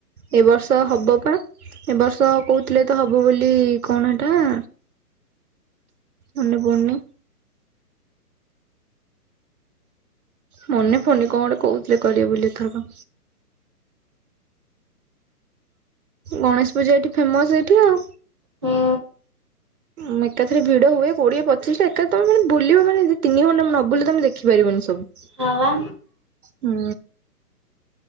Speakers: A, on the right (about 65°); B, on the right (about 20°).
A: ଏ ବର୍ଷ ହବ ବା। ଏ ବର୍ଷ କହୁଥିଲେ ତ ହବ ବୋଲି କଣ ସେଟା? ମନେ ପଡୁନି। ମନେ ପଡୁନି କଣ ଗୋଟେ କହୁଥିଲେ କରିବେ ବୋଲି ଏଥରକ। ଗଣେଶ ପୂଜା ଏଇଠି ଫେମସ ଏଇଠି ଆଉ।
B: ହୁଁ
A: ଉଁ ଏକାଥରେ ଭିଡ ହୁଏ କୋଡିଏ ପଚିଶଟା ଏକାଥମୋନେ ବୁଲିବ ମାନେ ତିନି ଘଣ୍ଟା ନ ବୁଲିଲେ ତମେ ଦେଖିପାରିବନି ସବୁ।
B: ହଁ ବା।
A: ହୁଁ।